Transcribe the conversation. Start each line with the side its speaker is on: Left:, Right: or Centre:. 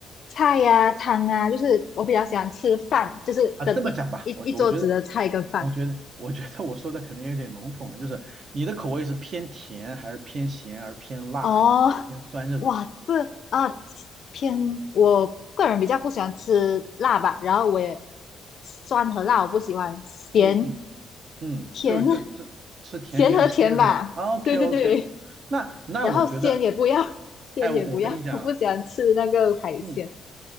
Left: 菜呀、汤啊，就是我比较喜欢吃饭，就是跟一一一桌子的菜跟饭。
Right: 啊，这么讲吧，我我觉得我觉得我觉得我说的可能有点笼统了，就是你的口味是偏甜还是偏咸，还是偏辣，
Left: 哦，
Right: 还是偏酸这种？
Left: 哇，这啊偏我个人比较不喜欢吃辣吧，然后我也酸和辣我不喜欢，咸
Right: 嗯嗯嗯，
Left: 甜
Right: 就就这吃甜跟鲜是吧？OK
Left: 咸和甜吧，对对对，
Right: OK，那那我觉得，
Left: 然后鲜也不要，鲜也不要，
Right: 哎，我我跟你讲，
Left: 我不喜欢吃那个海鲜，
Right: 嗯